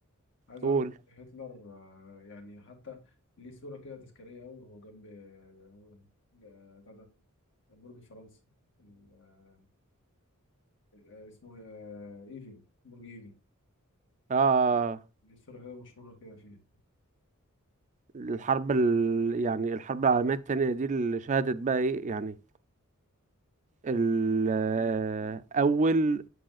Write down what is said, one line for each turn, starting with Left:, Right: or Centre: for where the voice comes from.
Left: عايز
Right: قول
Left: اقول لك هتلر آه يعني حتى ليه صورة كده تذكارية قوي وهو جنب آه، هو آه، بتاع ده برج فرنسا ال- آه، آه، اسمه آه ايفل برج ايفل
Right: اه
Left: ليه صورة كده مشهورة كده فيها
Right: الحرب ال... يعني الحرب العالميه التانية دي اللي شهدت بقى ايه يعني ال... آه،
Left: هيروشيما
Right: اول